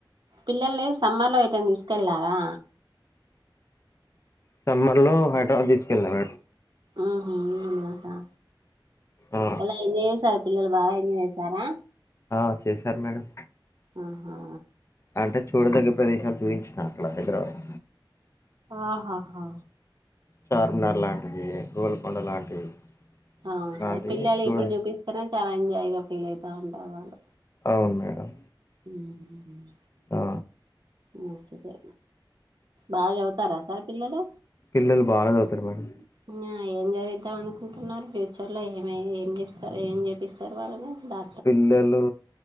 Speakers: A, on the right; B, on the left.
A: పిల్లల్ని సమ్మర్లో అయిటయిన తీసుకెళ్ళారా
B: సమ్మర్లో హైదరాబాద్ తీసుకెళ్ళానం
A: మ్ హు ఆలన సార్
B: ఆ
A: ఎలా ఎంజాయ్ చేసారు పిల్లలు బాగా ఎంజాయ్ చేసారా
B: ఆ చేశారు మేడం
A: ఆహా
B: అంటే చూడదగినా ప్రదేశాలు చూపించిన అక్కడ హైదరాబాద్
A: ఆహాహా
B: చార్మినార్ లాంటివి గోల్కొండ లాంటివి
A: అవును
B: అలాంటివి
A: సార్ పిల్లలు
B: చూడ
A: ఇప్పుడు చూపిస్తేనే చాలా ఎంజాయ్ గా ఫీల్ అయితా ఉంటారు వాళ్ళు
B: అవును మేడం
A: ఉమ్మ్ హ్
B: ఆ
A: మంచిదే బాగా చదువుతారా సార్ పిల్లలు
B: పిల్లలు బాగ చదువుతారు మేడం
A: ఇంగ ఏం చదివిద్దాం అనుకుంటున్నారు ఫ్యూచర్ లో ఏమై ఏం చేస్తారు ఏం చేపిస్తారు వాళ్ళని డా
B: పిల్లలు